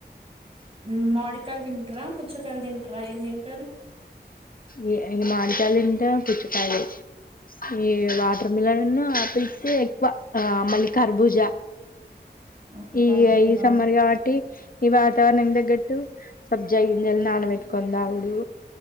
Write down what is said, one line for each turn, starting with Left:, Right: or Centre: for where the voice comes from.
Right: ఉమ్ మాడికాయల్ తింట్రా పుచ్చకాయల్ తింట్రా ఏం తింటరు.
Left: ఈ ఎ మాడికయల్ తింట పుచ్చకాయల్ ఈ వాటర్ మిలన్ ఉన్ను ఆ ఏ ఎక్కువ ఆ మళ్ళీ ఖర్భుజ
Right: ఆహా
Left: ఇగ
Right: కర్బూజా
Left: ఈ
Right: బానే
Left: సమ్మర్ కాబట్టి ఇవా వాతావరణంకి తగ్గట్టు సబ్జ గింజలు నానబెట్టుకుని తాగుడు